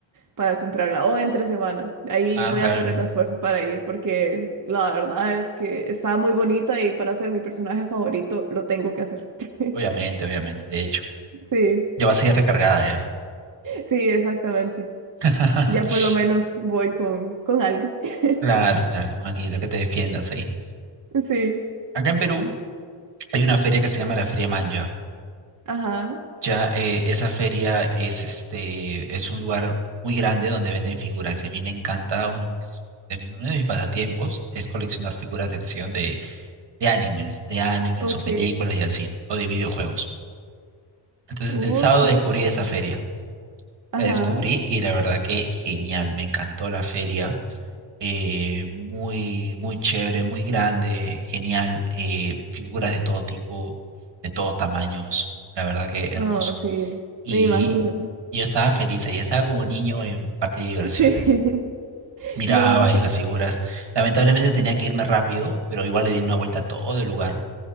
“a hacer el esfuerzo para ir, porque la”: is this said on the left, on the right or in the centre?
Right